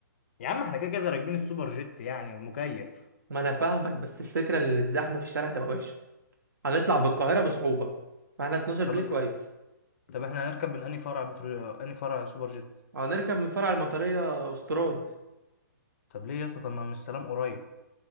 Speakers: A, on the left; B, on the right.
A: يا عم احنا كده كده راكبين السوبر جيت يعني مكيف
B: ما انا فاهمك بس الفكرة ان الزحمة في الشارع تبقى وحشة هنطلع بالقاهرة بصعوبة فاحنا 12
A: طب
B: بالليل كويس
A: طب احنا هنركب من انهي فرع بترو... انهي فرع سوبر جيت
B: هنركب من فرع المطرية استراد
A: طب ليه يا اسطى طب ما من السلام قريب